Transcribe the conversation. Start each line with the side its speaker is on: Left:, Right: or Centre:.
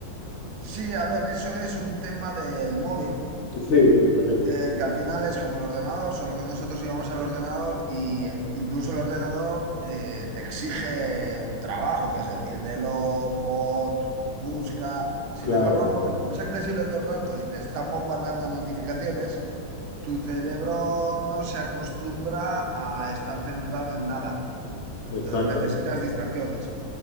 Right: Sí, a ver, eso es un tema del móvil.
Left: Sí, yo creo que sí.
Right: Eh, que al final es como el ordenador, solo que nosotros íbamos al ordenador y incluso el ordenador eh, te exige un trabajo, que es enciéndelo, pon, busca. Sin
Left: Claro,
Right: embargo, el móvil, como es accesible todo el rato y te están bombardeando notificaciones, tu cerebro no se acostumbra a estar centrado en nada. Entonces
Left: exactamente.
Right: necesitas distracciones.